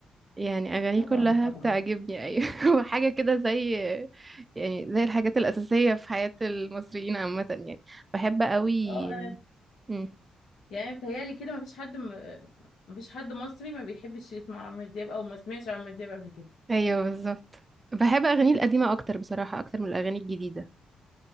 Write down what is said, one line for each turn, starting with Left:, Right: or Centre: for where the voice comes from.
Right: يعني أغانيه
Left: طبعا
Right: كلها
Left: طبعا
Right: بتعجبني أيوة <laughs> وحاجة كده زي يعني زي الحاجات الأساسية في حياة المصريين عامة يعني بحب قوي
Left: اه انا
Right: مم.
Left: يعني بتهيألي كده مفيش حد م... مفيش حد مصري ما بيحبش يسمع عمرو دياب او ما سمعش عمرو دياب قبل كده
Right: أيوة بالظبط بحب أغانيه القديمة أكتر بصراحة أكتر من الأغاني الجديدة